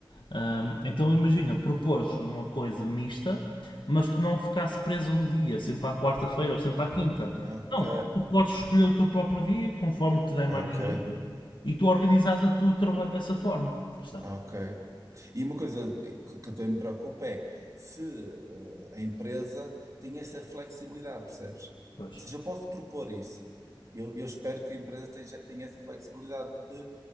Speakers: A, on the left; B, on the right.
A: Ahm, então imagina, propôs uma coisa mista, mas que não ficasse preso um dia, sempre à quarta-feira ou sempre à quinta.
B: Ok,
A: Não, tu podes escolher o teu próprio dia, conforme te der
B: ok,
A: mais jeito, e tu organizas o teu trabalho dessa forma. Percebes?
B: ok. E uma coisa que que também me preocupa é se eh, a empresa tem essa flexibilidade, percebes?
A: Pois.
B: Ou seja, eu posso propor isso. Eu, eu espero que a empresa tenha, tenha essa flexibilidade de